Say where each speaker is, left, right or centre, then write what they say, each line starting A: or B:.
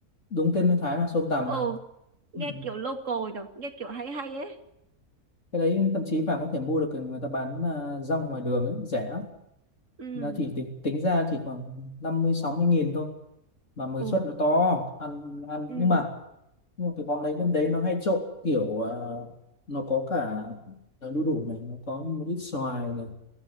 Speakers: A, on the left; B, on the right.
A: đúng tên người Thái mà xom tằm
B: ồ
A: mà
B: nghe
A: ừ.
B: kiểu local rồi nghe kiểu hay hay ấy
A: cái đấy thậm chí bà có thể mua được người ta bán à, rong ngoài đường ấy rẻ lắm
B: ừ
A: nó chỉ tính tính ra chỉ khoảng năm mươi sáu mươi nghìn thôi mà mới
B: ồ
A: suất nó to ăn ăn
B: ừ
A: nhưng mà nhưng mà cái món đấy bên đấy nó hay trộn kiểu ờ, nó có cả đu đủ này nó có một ít xoài này